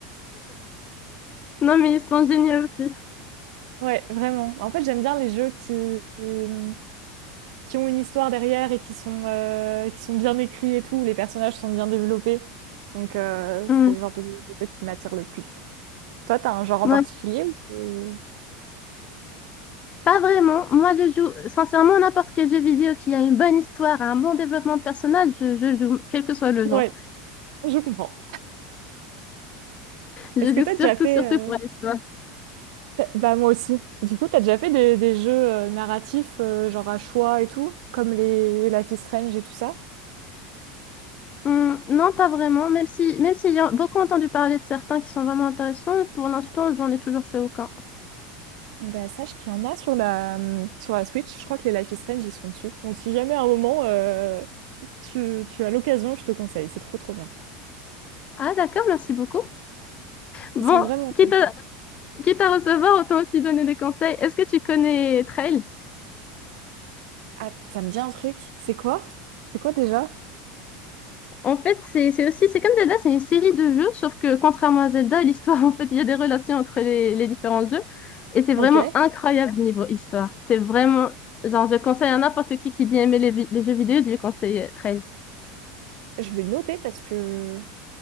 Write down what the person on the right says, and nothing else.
Ouais, vraiment. En fait, j'aime bien les jeux qui, mmh, qui ont une histoire derrière et qui sont, euh, qui sont bien écrits et tout, où les personnages sont bien développés. Donc, euh,
c'est le genre de, de jeu qui m'attire le plus. Toi, t'as un genre
en particulier
ou c'est...
Ouais, je comprends.
Est-ce
que t'as
déjà fait...
euh,
t'as- Bah, moi aussi. Du coup, t'as déjà fait des, des jeux euh, narratifs, euh, genre à choix et tout, comme les Life is Strange et tout ça?
Eh ben, sache qu'il y en a sur la, hum, sur la Switch. Je crois que les Life is Strange, ils sont dessus. Donc, si jamais à un moment, euh, tu, tu as l'occasion, je te conseille. C'est trop, trop bien.
Ils sont vraiment cool.
Ah, ça me dit un truc. C'est quoi? C'est quoi déjà?
Ok.
Je vais noter parce que